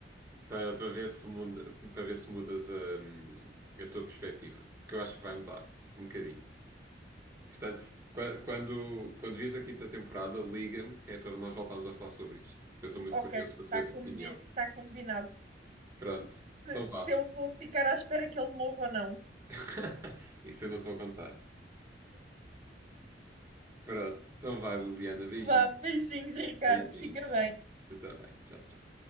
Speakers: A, on the right; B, on the right.
A: para para ver se muda, para ver se mudas a, a tua perspectiva, porque eu acho que vai mudar um bocadinho. Portanto, qua- quando, quando vires a quinta temporada, liga-me, que é para nós voltarmos a falar sobre isto, porque eu estou muito curioso
B: Ok, está
A: para te ver a tua
B: combi
A: opinião.
B: tá combinado.
A: Pronto,
B: se,
A: então
B: se
A: vá.
B: eu vou ficar à espera que ele morra ou não.
A: <laughs> Isso eu não te vou contar. Pronto, então vá, Liliana, beijinho,
B: Vá, beijinhos, Ricardo,
A: beijinho,
B: fica
A: tchau.
B: bem.
A: Tu também, tchau, tchau.